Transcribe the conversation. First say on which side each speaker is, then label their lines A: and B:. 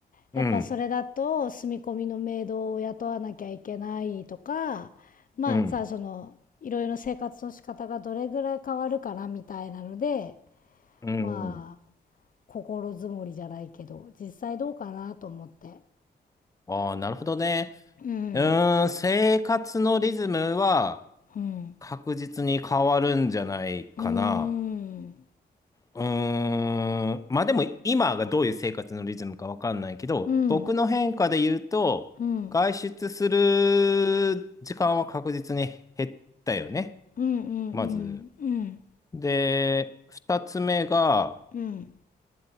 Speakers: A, on the left; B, on the left.
A: うん。
B: やっぱそれだと住み込みのメイドを雇わなきゃいけないとか、まあさ、
A: うん。
B: その、いろいろ生活の仕方がどれぐらい変わるかなみたいなので、
A: うん。
B: まあ、心づもりじゃないけど、実際どうかなと思って。
A: ああ、なるほどね。
B: うん、
A: うーん、生活のリズムは
B: うん。
A: 確実に変わるんじゃないかな。
B: うーん、
A: うーん、まあでも今がどういう生活のリズムかわかんないけど、
B: うん、
A: 僕の変化で言うと、
B: うん、うん、
A: 外出する時間は確実に減ったよね、
B: うん、うん、
A: まず。
B: うん、
A: で、二つ目が、
B: うん、うん、